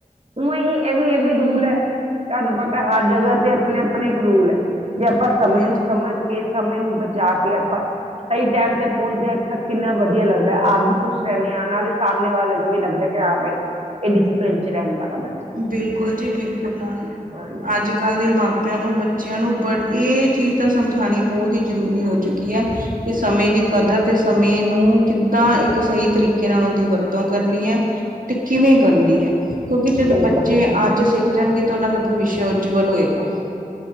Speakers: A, on the right; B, on the right.
A: ਉਵੇ ਹੀ ਇਹ ਵੀ-ਇਹ ਵੀ ਰੂਲ ਹੈ। ਤੁਹਾਨੂੰ ਪਤਾ ਹੈ ਹਰ ਜਗ੍ਹਾ ਤੇ ਆਪਣੇ ਆਪਣੇ ਇੱਕ ਰੂਲ ਹੈ। ਜੇ ਆਪਾਂ ਸਮੇਂ
B: ਹਾਂਜੀ
A: ਨੂੰ ਸਮਝ ਇਸ ਸਮੇਂ ਨੂੰ ਬਚਾ ਕੇ ਆਪਾਂ ਸਹੀ ਟਾਈਮ ਤੇ ਪਹੁੰਚਦੇ ਹਾਂ। ਇਕ ਤਾ ਕਿੰਨਾ ਵਧੀਆ ਲੱਗਦਾ ਹੈ। ਆਪ ਵੀ ਖੁਸ਼ ਰਹਿੰਦੇ ਹਾਂ ਇਯਾਂ ਨਾਲੇ ਸਾਹਮਣੇ ਵਾਲੇ ਨੂੰ ਵੀ ਲੱਗਦਾ ਹੈ, ਕਿ ਹਾਂ ਬਾਈ ਇਹ ਡਿਸਪਲਿਨ ਚ ਰਹਿਣ ਵਾਲਾ ਬਂ
B: ਬਿਲਕੁਲ ਜੀ ਬਿਲਕੁਲ ਨਾਲ,
A: ਹਾਂਜੀ
B: ਅੱਜ ਕੱਲ ਦੇ ਮਾਂਪ ਪੇਆ ਨੂੰ ਬੱਚਿਆਂ ਨੂੰ ਬੜ ਇਹ ਚੀਜ਼ ਤਾਂ ਸਮਝਾਉਣੀ ਬਹੁਤ ਹੀ ਜ਼ਰੂਰੀ ਹੋ ਚੁੱਕੀ ਹੈ। ਇਹ ਸਮੇਂ ਦੀ ਕਦਰ ਤੇ ਸਮੇਂ ਨੂੰ ਕਿੱਦਾਂ ਇੱਕ ਸਹੀ ਤਰੀਕੇ ਨਾਲ ਉਹ ਦੀ ਵਰਤੋਂ ਕਰਨੀ ਹੈ, ਤੇ ਕਿਵੇਂ ਕਿਵੇ ਕਰਨੀ ਹੈ? ਕਿ ਜਿਦੋਂ
A: ਬਿਲਕੁਲ
B: ਬੱਚੇ ਅੱਜ ਸਿੱਖ ਜਾਣਗੇ ਤਾਂ ਉਹਨਾਂ ਦਾ ਭਵਿਸ਼ਿਆ ਉਜਵਲ ਹੋਏਗਾ।